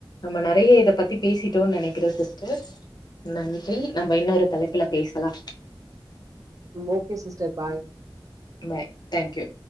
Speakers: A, on the left; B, on the right.
A: நம்ம நறைய இத பத்தி பேசிட்டோன்னு நெனைக்கிறோ சிஸ்டர் நன்றி நம்ம இன்னொரு தலைப்புல பேசலா
B: okay sister bye
A: bye thank you